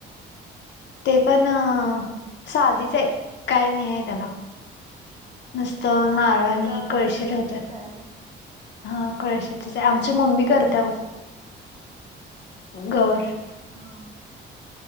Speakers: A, on the left; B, on the right.
A: ते पण अ, साधीच आहे काय नाही आहे त्याला. नुसतं
B: मग
A: नारळ
B: हा नुसता
A: आणि
B: कळशीतच
A: कळशी ठेवतात.
B: आहे
A: हा कळशीतच हाय आमची मम्मी करत्या बघं, गवर.
B: हा.